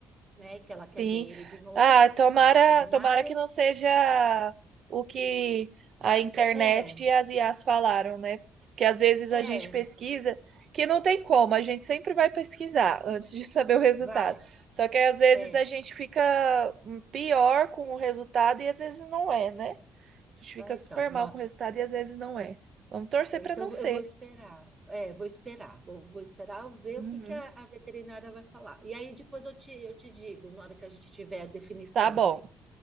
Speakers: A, on the right (about 30°); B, on the right (about 55°).
A: né? Que ela quer
B: Sim.
A: ver ele de novo,
B: Ah, tomara,
A: a veterinária.
B: tomara que não seja o que a internet
A: É,
B: e as IAs falaram, né? Porque às vezes
A: é,
B: a gente pesquisa que não tem como, a gente sempre vai pesquisar antes de <laughs> saber o resultado.
A: vai.
B: Só que às vezes
A: É.
B: a gente fica hum, pior com o resultado e às vezes não é, né? A gente fica
A: Ah, então,
B: super
A: nó-
B: mal com o resultado e às vezes não é. Vamos torcer
A: é,
B: para
A: então
B: não ser.
A: eu vou esperar. É, vou esperar. Vou, vou esperar eu ver
B: Uhum.
A: o que que a, a veterinária vai falar. E aí depois eu te, eu te digo, na hora que a gente tiver a definição,
B: Tá bom.